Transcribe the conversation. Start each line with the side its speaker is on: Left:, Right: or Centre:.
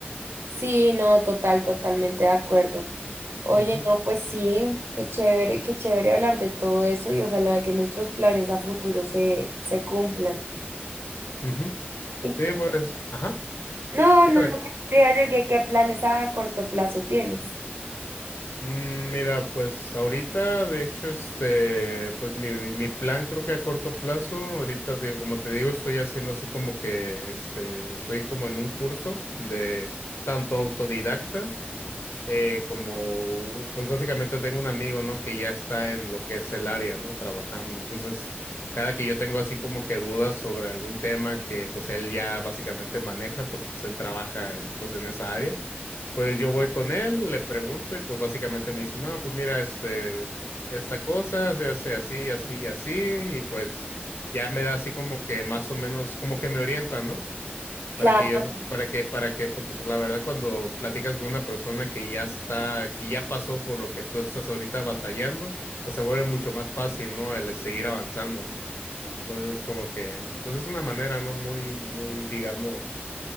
Right: Sí, no, total, totalmente de acuerdo. Oye,
Left: Ujú,
Right: no, pues sí, qué chévere, qué chévere hablar de todo eso y ojalá que nuestros planes a futuro se, se cumplan.
Left: ujú.
Right: Y
Left: Sí,
Right: que-
Left: pues, ajá.
Right: no,
Left: Sí,
Right: no, no, te iba a decir que qué planes a corto plazo tienes.
Left: Mm, Mira, pues ahorita, de hecho, este, pues mi, mi plan creo que a corto plazo, ahorita, digo, como te digo, estoy haciendo así como que, este, estoy como en un curso de tanto autodidacta eh, como, pues básicamente tengo un amigo, ¿no? Que ya está en lo que es el área, ¿no? Trabajando. Entonces, cada que yo tengo así como que dudas sobre algún tema que pues él ya básicamente maneja, porque pues él trabaja en, pues en esa área, pues yo voy con él, le pregunto y pues básicamente me dice, no, pues mira, este, esta cosa se hace así, así, y así, y pues ya me da así como que más o menos, como que me orienta, ¿no? Para
Right: Claro.
Left: que yo no est- para que, para que, porque pues la verdad cuando platicas con una persona que ya está, que ya pasó por lo que tú estás ahorita batallando, pues se vuelve mucho más fácil, ¿no? El seguir avanzando, ¿no? Entonces como que, pues es una manera, ¿no? Muy, muy, digamos,